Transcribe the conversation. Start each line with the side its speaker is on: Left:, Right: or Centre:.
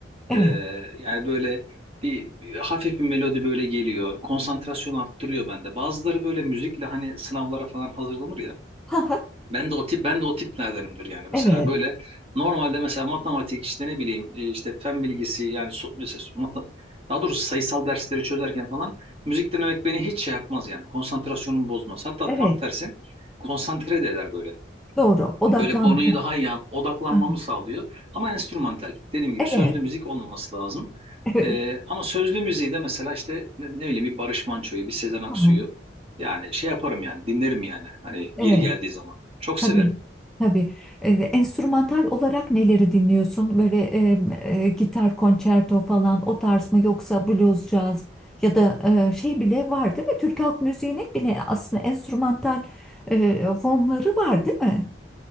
Centre: evet,
Right: ee, yani böyle bir, bir hafif bir melodi böyle geliyor. Konsantrasyon arttırıyor bende. Bazıları böyle müzikle hani sınavlara falan hazırlanır ya.
Centre: Ha, ha,
Right: Ben de o tip ben de o tiplerdenimdir yani mesela
Centre: evet,
Right: böyle normalde mesela matematik işte ne bileyim e, işte fen bilgisi yani so- mesela mata- daha doğrusu sayısal dersleri çözerken falan müzik dinlemek beni hiç şey yapmaz yani konsantrasyonumu bozmaz. Hatta
Centre: evet.
Right: tam tersi konsantre de eder böyle.
Centre: Doğru, odaklan.
Right: Böyle konuyu
Centre: Ha,
Right: daha iyi an odaklanmamı
Centre: ha,
Right: sağlıyor ama enstrümantal dediğim gibi
Centre: Evet,
Right: sözlü müzik olmaması lazım.
Centre: evet,
Right: E, ama sözlü müziği de mesela işte ne, ne bileyim bir Barış Manço'yu bir Sezen
Centre: Ha,
Right: Aksu'yu
Centre: ha,
Right: yani şey yaparım yani dinlerim yani hani yeri
Centre: evet.
Right: geldiği zaman. Çok severim.
Centre: Tabii, tabii. Ee, enstrümantal olarak neleri dinliyorsun? Böyle e, e, gitar konçerto falan o tarz mı yoksa blues, caz ya da e, şey bile var değil mi? Türk halk müziğinin bile aslında enstrümantal e, formları var değil mi?